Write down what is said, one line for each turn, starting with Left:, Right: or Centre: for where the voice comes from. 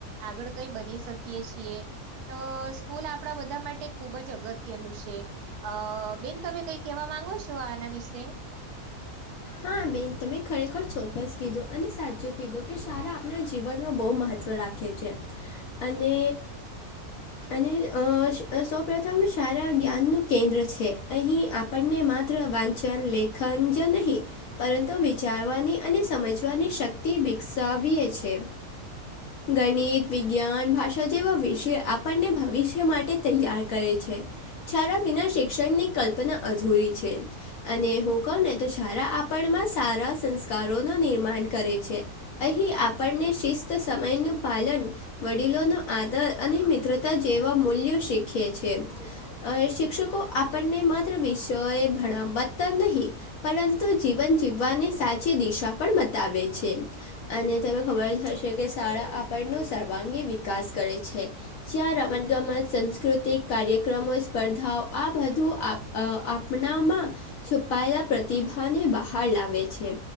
Right: આગળ કઈ બની શકીએ છીએ અ સ્કૂલ આપણા બધા માટે ખુબ જ અગત્યનું છે અ બેન તમે કઈ કેવા માંગો છો આના વિશે
Left: હા બેન તમે ખરેખર ચોક્કસ કીધું અને સાચું કીધું કે સારા આપ જીવનમાં બહુ મહત્વ રાખે ખે છે અને અને અને અ સૌપ્રથમ સારા જ્ઞાનનુંું કેન્દ્ર છે અહીં આપણને માત્ર વાંચન લેખન જ નહીં પરંતુ વિચારવાની અને સમજવાની શક્તિ વિકસાવીએ છે ગણિત વિજ્ઞાન ભાષા જેવા વિષય આપણને ભવિષ્ય માટે તૈયાર કરે છે શાળા વિના શિક્ષણની કલ્પના અધૂરી છે અને હું કહું ને તો શાળા આપ નાનપણ માં સારા સંસ્કારોનું નિર્માણ કરે છે અહીં આપણને શિસ્ત સમયનું પાલન વડીલોનો આદર અને મિત્રતા જેવા મૂલ્યો શીખે છે શિક્ષકો આપણને માત્ર વિષયોએ ભણતા નહીં પરંતુ જીવન જીવવાની સાચી દિશા પણ બતાવે છે અને તને ખબર જ હશે કે શાળા આપણનો સર્વાંગી વિકાસ કરે છે જ્યા રમત ગમત સાસ્કૃતિક કાર્યક્રમો સ્પર્ધાઓ આ બધું આપ અ આપણામાં છુપાયેલા પ્રતિભાને બહાર લાવે છે.